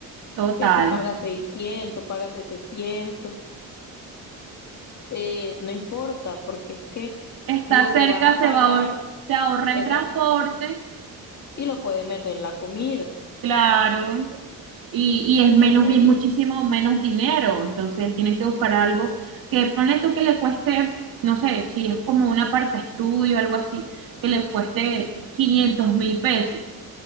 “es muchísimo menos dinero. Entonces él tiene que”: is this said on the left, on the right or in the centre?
Right